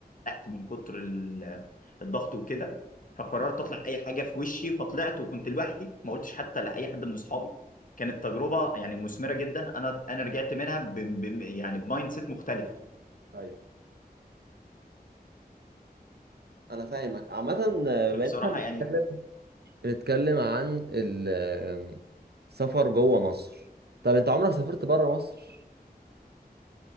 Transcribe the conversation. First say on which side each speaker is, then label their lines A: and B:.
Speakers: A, on the left; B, on the right.
A: من كتر ال- الضغط وكده فقررت اطلع اي حاجه في وشي فطلعت وكنت لوحدي ما قلتش حتى لاي حد من اصحابي كانت تجربه يعني مثمره جدا انا انا رجعت منها ب ب يعني بمايند سيت مختلف
B: طيب انا فاهمك عامه بما
A: فبصراحة
B: إننا
A: يعني
B: بنتكلم عن ال- السفر جوه مصر طب انت عمرك سافرت بره مصر